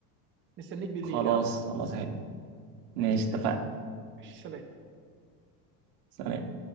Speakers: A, on the right; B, on the right.
A: مستنيك بالليل
B: خلاص
A: ها
B: خلاص يا حبيبي ماشي
A: اكيد
B: اتفقنا
A: اكيد ماشي سلام
B: سلام